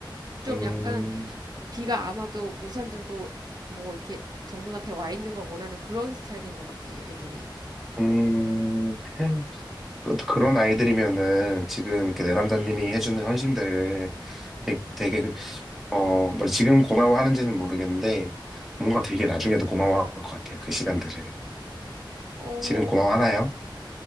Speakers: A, on the right (about 50°); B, in the centre.
A: 좀
B: 음,
A: 약간 비가 안 와도 우산 들고 뭐 이렇게 정문 앞에 와 있는 걸 원하는 그런 스타일인 것 같아요, 애들이.
B: 음, 음. 그- 그런 아이들이면은 지금 이렇게 내 남자님이 해주는 헌신들을 되- 되게, 어, 뭐 지금 고마워하는지는 모르겠는데, 뭔가 되게 나중에도 고마워할 것 같아요. 그 시간들을.
A: 어,
B: 지금 고마워하나요?